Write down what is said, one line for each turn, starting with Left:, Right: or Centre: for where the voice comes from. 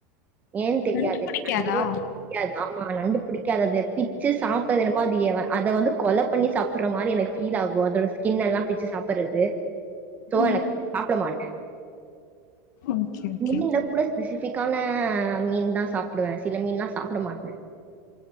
Right: ஏன் தெரியாது
Left: நொங்கு புடிக்காதா
Right: நண்டு பிடிக்காது ஆமா நண்டு பிடிக்காது அது பிச்சு சாப்புறது என்னமோ அதையேவ அத வந்து கொல பண்ணி சாப்புற மாரி என்க்கு ஃபீல் ஆகு அதோட ஸ்கினெல்லா பிச்சு சாப்புறது சோ
Left: ம்
Right: எனக்கு சாப்புட மாட்டே
Left: ஓகே ஓகே
Right: முள்ளேல்ல கூட ஃபெசிபிக்கான மீன்தான் சாப்புடுவ சில மீன்லா சாப்ட மாட்ட